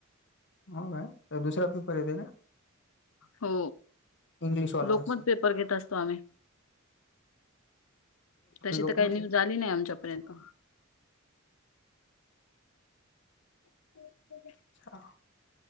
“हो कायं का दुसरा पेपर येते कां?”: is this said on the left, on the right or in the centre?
Left